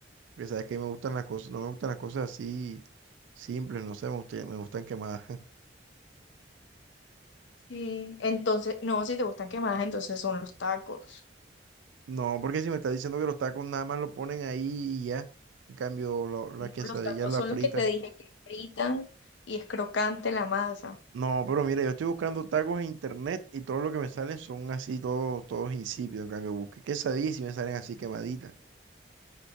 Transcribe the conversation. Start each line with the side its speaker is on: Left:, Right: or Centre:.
Right: Porque sabes que me gustan las cosas, no me gustan las cosas así simples, no sé, me gustaría- me gustan quemadas. <laughs>
Left: Sí, entonces, no, si te gustan quemadas, entonces son los tacos.
Right: No, porque si me estás diciendo que los tacos nada más lo ponen ahí y ya. En cambio, lo- las
Left: No,
Right: quesadillas
Left: los tacos
Right: las
Left: son
Right: fritan.
Left: los que te dije que fritan y es crocante la masa.
Right: No, pero mira, yo estoy buscando tacos en internet y todo lo que me salen son así, todos, todos insípidos. En cambio, busqué quesadillas y sí me salen así quemaditas.